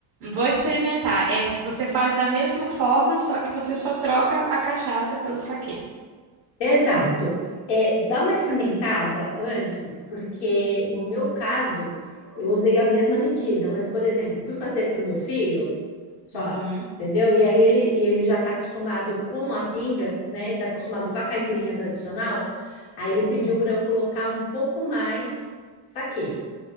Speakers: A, on the right; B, on the left.
A: Vou experimentar. É, você faz da mesma forma, só que você só troca a cachaça pelo saquê.
B: Exato. É, dá uma experimentada antes, porque no meu caso, eu usei a mesma medida, mas, por exemplo, eu fui fazer para o meu filho. Só,
A: Uhum,
B: entendeu? E aí ele, e ele já está acostumado com a pinga, né? Ele está acostumado com a caipirinha tradicional. Aí ele pediu para eu colocar um pouco mais saquê